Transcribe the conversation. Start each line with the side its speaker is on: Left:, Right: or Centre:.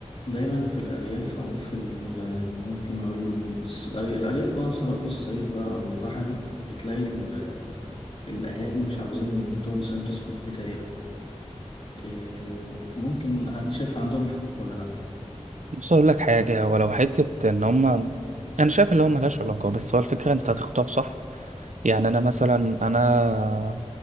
Left: دايما في الأرياف أو في ال- ممكن نقول الص- الأرياف أه سواء في الصعيد بقى أو البحري بتلاقي ال- الأهالي مش عاوزين بنتهم مثلا تسكن في بيت عيلة إيه، ممكن حد شايف عندهم حق ولا لأ؟
Right: بص اقول لك حاجه ولو حته ان هم انا شايف اللي هو ملهاش علاقه بس هو الفكره انت هتختار صح يعني انا مثلا انا